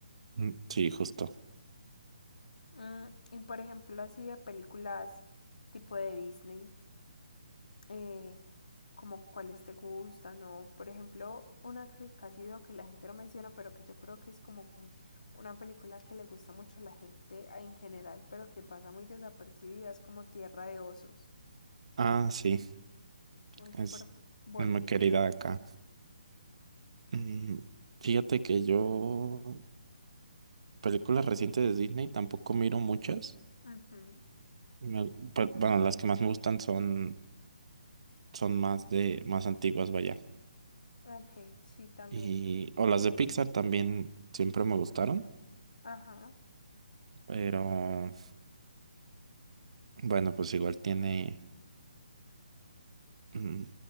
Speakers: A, on the right; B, on the left.
A: Mm, Sí, justo.
B: Mm, y por ejemplo, así de películas tipo de Disney, eh, como cuáles te gustan o, por ejemplo, una que casi veo que la gente no menciona, pero que yo creo que es como que una película que le gusta mucho a la gente en general, pero que pasa muy desapercibida, es como Tierra de Osos.
A: Ah, sí.
B: Es
A: Es,
B: súper bonita.
A: es muy querida acá. Mm, Fíjate que yo. películas recientes de Disney tampoco miro muchas.
B: Ujú.
A: Me- pe- bueno, las que más me gustan son, son más de, más antiguas, vaya.
B: Ok, sí, también.
A: Y, o las de Pixar también siempre me gustaron,
B: Ajá.
A: pero bueno, pues igual tiene, mm,